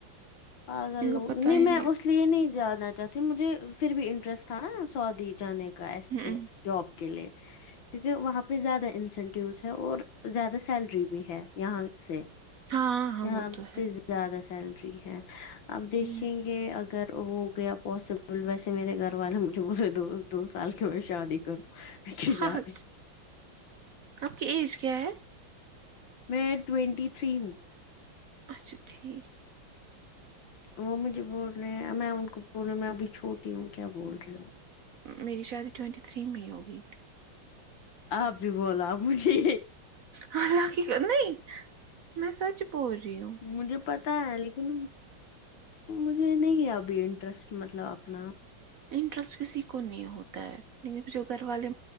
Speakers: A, on the left; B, on the right.
A: پاگل
B: ان کو
A: لو
B: پتا
A: نہیں
B: ہی
A: میں اس لیے نہیں جانا چاہتی مجھے پھر بھی انٹرسٹ تھا نا سعودی جانے کا کا ایسے
B: ہ
A: جاب کے لیے کیونکہ وہاں پہ زیادہ انسینٹیوز ہے اور زیادہ سیلری بھی ہے یہاں سے
B: ہاں ہاں
A: یہاں
B: وہ تو
A: سے
B: ہے
A: زیادہ سیلری ہے اب
B: ہوں،
A: دیکھیں گے اگر ہو گیا پاسبل ویسے میرے گھر والے مجھے پورے دو دو سال کے میں شادی کروں م شادی
B: ہاں ہاں، آپ کی ایج کیا ہے
A: میں ٹوینٹی تھری ہوں
B: اچھا ٹھیک
A: وہ مجھے بول رہے ہیں میں ان کو بول رہا ہوں میں ابھی چھوٹی ہوں کیا بول رہی ہوں
B: میری شادی ٹوئینٹی تھری مئی ہو گئی تھی
A: آپ بھی بولا آپ مھے
B: ہاں اللہ کی کر نہیں میں سچ بول رہی ہوں
A: مجھے پت تا ہے لیکن مجھے نہیں ہے ابھی انٹرسٹ مطلب اپنا
B: انٹرسٹ کسی کو نہیں ہوتا ہے پ جو گھر والے